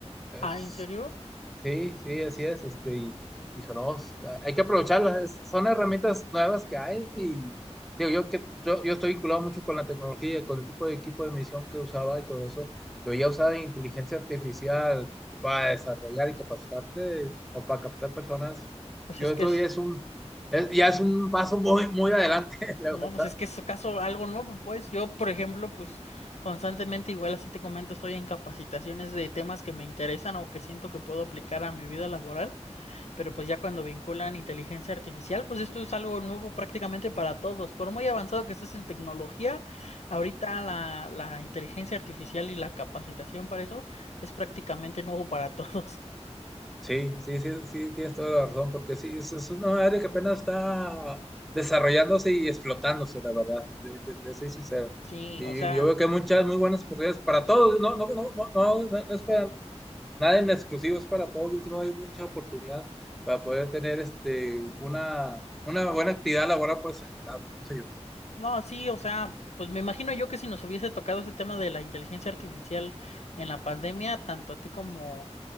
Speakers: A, in the centre; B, on the left.
A: Es-
B: Ah, ¿en serio?
A: sí, sí,
B: Uf,
A: así es. Este, y dijo, no, s- ah, hay que aprovecharlas. es- Son herramientas nuevas que hay. Y digo, yo, que, yo, yo estoy vinculado mucho con la tecnología, con el tipo de equipo de misión que usaba y todo eso. Pero ya usar inteligencia artificial para desarrollar y capacitarte o para capacitar personas,
B: Pues
A: yo
B: es que
A: creo
B: es...
A: que ya es un, es- ya es un paso muy, muy adelante, <laughs> la
B: No,
A: verdad.
B: pues es que es caso algo nuevo, pues yo, por ejemplo, pues constantemente, igual así te comento, estoy en capacitaciones de temas que me interesan o que siento que puedo aplicar a mi vida laboral, pero pues ya cuando vinculan inteligencia artificial, pues esto es algo nuevo prácticamente para todos. Por muy avanzado que estés en tecnología, ahorita la, la inteligencia artificial y la capacitación para eso es prácticamente nuevo para todos. <laughs>
A: Sí, sí, sí, sí, tienes toda la razón, porque sí, es, es una área que apenas está desarrollándose y explotándose, la verdad, te, te- te soy sincero.
B: Sí,
A: Y
B: o sea,
A: yo veo que hay muchas muy buenas oportunidades para todos, no, no, no, no, no, no- no es para nada en exclusivo, es para todos. Yo creo que hay mucha oportunidad para poder tener este, una, una buena actividad laboral por ese lado, pienso yo,
B: No, sí, o sea, pues me imagino yo que si nos hubiese tocado este tema de la inteligencia artificial en la pandemia, tanto a ti como,